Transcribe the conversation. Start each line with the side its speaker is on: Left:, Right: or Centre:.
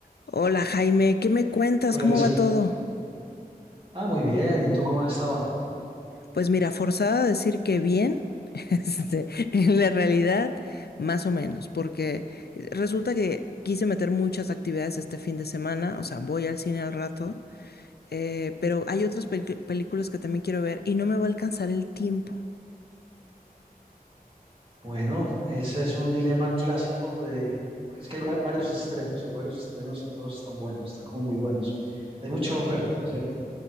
Left: Hola Jaime, ¿qué me cuentas?
Right: Hola,
Left: ¿Cómo
Right: Lisa.
Left: va todo?
Right: Ah, muy bien. ¿Y tú cómo has estado?
Left: Pues mira, forzada a decir que bien, <laughs> este, en la realidad, más o menos, porque resulta que quise meter muchas actividades este fin de semana, o sea, voy al cine al rato, eh, pero hay otras pel- películas que también quiero ver y no me va a alcanzar el tiempo.
Right: Bueno, ese es un dilema clásico de, porque es que hay va- varios estrenos, hay varios estrenos y todos están buenos, están como muy buenos. Hay mucha oferta, ¿no ¿cierto?